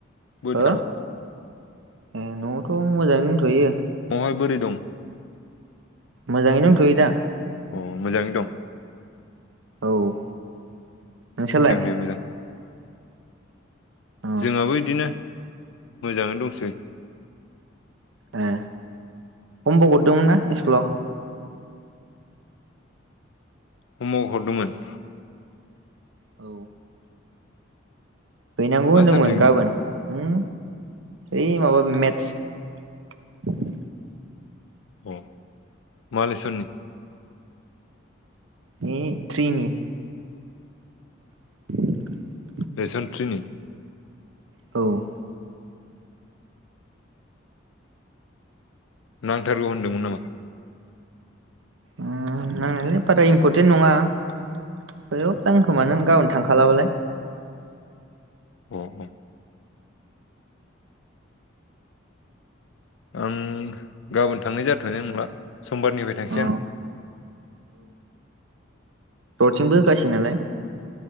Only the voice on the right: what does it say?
हो ए न'आवथ' मोजांङैनो दंथ'यो।
मोजांङै दंथ'यो दा।
औ नोंसोरलाय?
अ
ए हमवाक हरदोंमोन ना सस्कुलाव?
औ हैनांगौ
होनदोंमोन
गाबोन होम? यै माबा मेथस
ओम थ्रिनि <inaudible>
औ
ओ नांनायलाय बारा इमपरटेन्ट नंङा। हेलौ जागोन खोमाने नों गाबोन थांखालाबालाय।
अ
रथिंबो होगासिनो नालाय